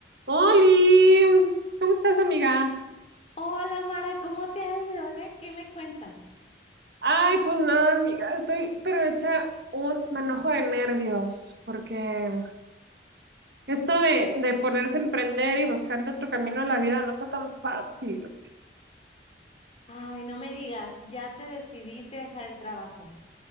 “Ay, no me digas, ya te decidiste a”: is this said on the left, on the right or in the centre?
Left